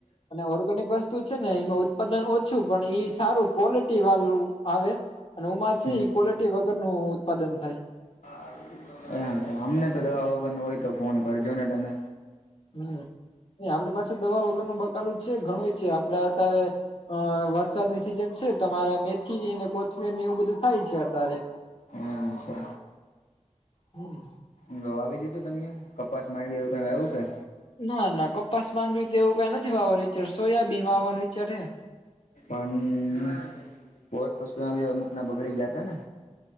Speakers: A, on the left; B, on the left.
A: અને ઓર્ગેનિક બસ છે ને એમાં ઉત્પાદન ઓછું, પણ ઈ સારું ક્વોલિટી વાળું આવે. અને ઓમાં છે,
B: હમ
A: ઈ કોલટી વગર નું ઉત્પાદન થાય.
B: <inaudible> અમને તો દવા વગર નો હોય, તો ફોન કરજો ને તમે.
A: હમ. આપણી પાસે દવા વગરનું બકાલું છે, ઘણું છે. આપડે અત્યારે અ વરસાદની સિઝન છે. તમારે મેથી ને કોથમીર ને એવું બધું થાય છે અતારે.
B: એમ છે.
A: હમ.
B: રવાવી દીધું તમે કપાસ માંડવી એવું કાઇ વાયવુ કે?
A: ના ના કપાસ માંડવી કે એવું કાઈ નથી વાવવાનો વિચાર, સોયાબીન વાવવાનું વિચાર હે.
B: પણ વર તો શું આવી અમુક ના બગડી ગયા તા ને